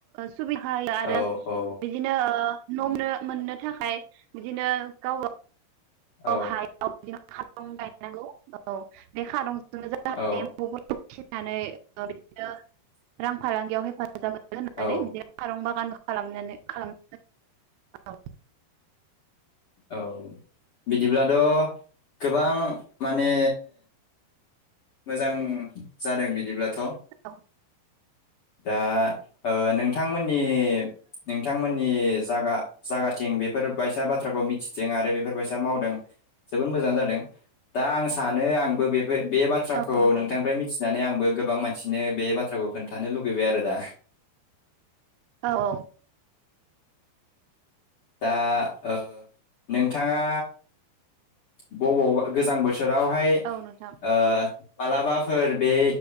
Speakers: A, on the right (about 85°); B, on the left (about 60°).
A: सुबिदा होयो आरो
B: औ औ
A: बिदिनो ओ नमनो मोननो थाखाय बिदिनो गावबा
B: औ
A: ओहाय बि खारं गायनांगौ औ बे खारं <unintelligible>
B: औ
A: फिनानै बिदिनो रां फालांगियाव हे मोजां मोनो होननानै
B: औ
A: बिदिनो फारं बगान खालाम खालाम औ
B: औ बिदिब्ला द गोबां माने मोजां जादों बिदिब्लाथ
A: औ
B: दा ओ नोंथांमोननि नोंथांमोननि जागा जागा जों बेफोर बायसा बाथ्राखौ मि सिथिं आरो बेफोरबायसा मावदों जोबोद मोजां आनो जादों दा आं सानो आंबो बे बाथ्राखौ
A: औ नोंथां
B: नोंथांनिफ्राय मिथिनानै आंबो गो गोबां मानसिनो बे बाथ्राखौ खोन्था थानो लुगैबाय आरो दा
A: औ औ
B: दा ओ नोंथांङा बबावबा गोजां बोसो बोथोरावहाइ
A: औ नोंथां
B: ओ मालाबाफोर बे